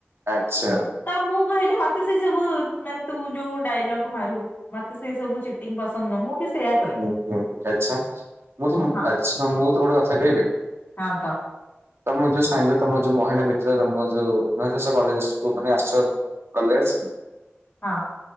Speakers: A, on the right (about 65°); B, on the left (about 35°).
A: ଆଚ୍ଛା।
B: ତ ମୁଁ ମୁଁ କହିଲି ମତେ ସେଇ ସବୁ ମାନେ ତୁ ଯୋଉ ଡାଇଲଗ ମାରୁ। ମତେ ସେଇ ସବୁ ଚିଟିଙ୍ଗ ପସନ୍ଦ ନୁହଁ ମୁଁ ବି ସେଇୟା କହିଲି
A: ହ ହ ଆଛା। ମୁଁ ତମ
B: ହଁ
A: ଆଛା ମୁଁ ତମକୁ ଗୋଟେ କଥା କହିବି
B: ହଁ କହ।
A: ତମ ଯୋଉ ସାଙ୍ଗ ତମ ଯୋଉ ମହିଳା ମିତ୍ର। ତମ ଯୋଉ <unintelligible> କଲେଜ ମାନେ ଆସ କଲେଜ
B: ହଁ